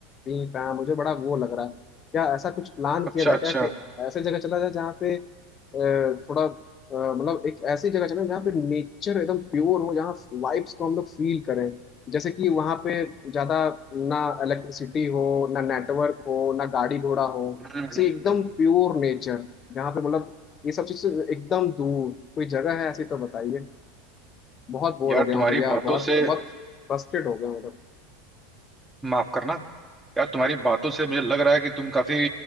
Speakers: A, on the left; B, in the centre.
A: पी पा मुझे बड़ा वो लग रहा है क्या ऐसा कुछ प्लान किया
B: अच्छा
A: जाए
B: अच्छा
A: क्या कि ऐसे जगह चला जाए जहाँ पे अ, थोड़ा अ, मतलब एक ऐसी जगह चले जहाँ पे नेचर एकदम प्योर हो जहाँ वाइब्स को हम लोग फील करें जैसे कि वहाँ पे ज्यादा ना इलेक्ट्रिसिटी हो ना नेटवर्क हो ना गाड़ी घोड़ा हो
B: हम्म हम्म,
A: से एकदम
B: हम्म।
A: प्योर नेचर जहाँ पे मतलब ये सब चीज से एकदम दूर कोई जगह है ऐसी तो बताइए बहुत बोर
B: यार
A: हो गया
B: तुम्हारी
A: हूँ भैया
B: बातों
A: बहुत
B: से
A: बहुत फ्रस्ट्रेट हो गया हूँ मतलब।
B: माफ करना यार तुम्हारी बातों से मुझे लग रहा है कि तुम काफी